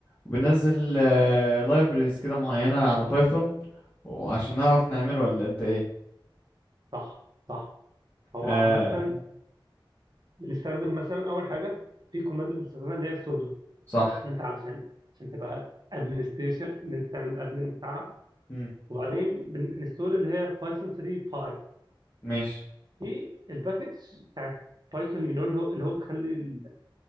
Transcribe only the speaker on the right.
صح صح هو
عامة بنستخدم مثلا اول حاجه في كوماند بنستخدمها اللي هي سودو
ان انت علشان عشان تبقى ادمنستريتور ان انت تعمل ادمن بتاعها
وبعدين بنستول اللي هي بايثون 3 باي
دي الباكج بتاعت بايثون اللي هو اللي هو بتخلي ال-